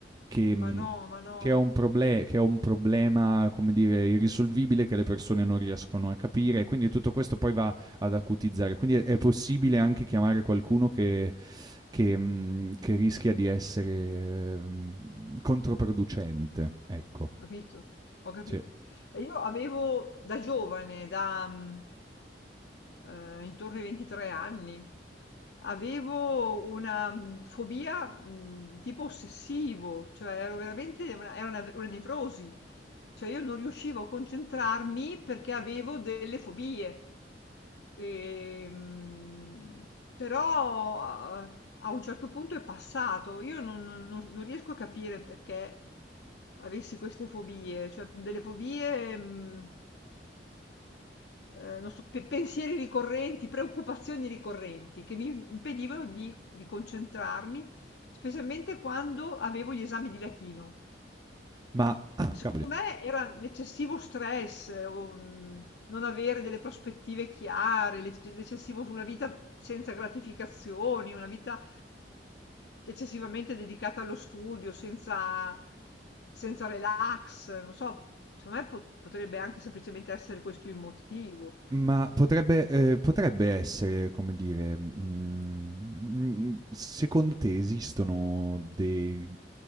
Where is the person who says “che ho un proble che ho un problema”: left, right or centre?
Right